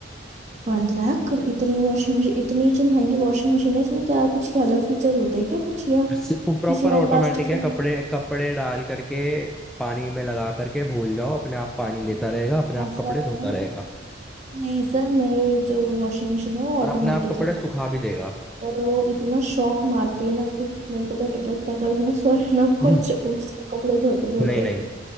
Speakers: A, on the right; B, in the centre.
A: वन लाख इतनी वॉशिंग मशीन इतनी जो महंगी वॉशिंग मशीन है इसमें क्या कुछ के अलग फीचर्स होते हैं क्या कुछ या
B: सिर्फ प्रॉपर
A: किसी और
B: ऑटोमेटिक
A: प्लास्टिक से
B: है कपड़े कपड़े डाल करके पानी में लगा करके भूल जाओ अपने आप पानी
A: नहीं,
B: लेता रहेगा अपने आप
A: ऐसा
B: कपड़े धोता
A: है
B: रहेगा
A: नहीं सर मेरे जो वॉशिंग मशीन है वो
B: और
A: ऑटोमेटिक
B: अपने आप कपड़े
A: ही थी
B: सुखा भी देगा
A: और वो इतना शौक मारती है ना कि मेरे को तो डर लगता है कभी मैं स्वर्ग ना पहुंच
B: हम्म।
A: जाऊं उसको कपड़े धोते धोते
B: नहीं नहीं